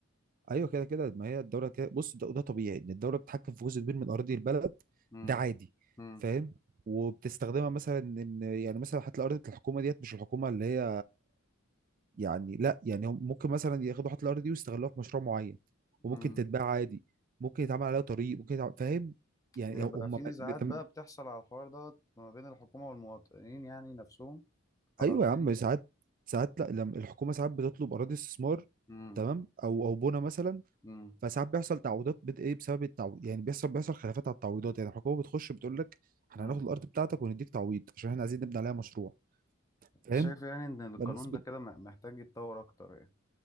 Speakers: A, on the right (about 40°); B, on the left (about 15°).
A: ايوه كده كده ما هي الدوله كده بص ده, ده طبيعي ان الدوله بتتحكم في جزء كبير من اراضي البلد
B: امم
A: ده عادي
B: امم
A: فاهم وبتستخدمها مثلا ان يعني مثلا حتى الارض بتاع الحكومه ديت مش الحكومه اللي هي يعني لا يعني هم ممكن مثلا ياخدوا حتى الارض دي ويستغلوها في مشروع معين وممكن
B: امم
A: تتباع عادي ممكن يتعمل عليها طريق ممكن يتعمل فاهم يعني
B: بيبقى
A: هم
B: في نزاعات
A: بتم...
B: بقى بتحصل على الحوار ده ما بين الحكومه والمواطنين يعني نفسهم على
A: ايوه
B: الاراضي
A: يا عم
B: دي
A: ساعات ساعات لا لما الحكومه ساعات بتطلب اراضي استثمار
B: امم
A: تمام او او بنى مثلا
B: امم
A: فساعات بيحصل تعويضات بت- ايه بسبب التعويض يعني بيحصل بيحصل خلافات على التعويضات يعني الحكومه بتخش بتقول لك احنا
B: امم
A: هناخد الارض بتاعتك ونديك تعويض عشان احنا عايزين نبني عليها مشروع فاهم
B: شايف يعني ان القانون
A: فالنسبه
B: ده كده محتاج يتطور اكتر يعني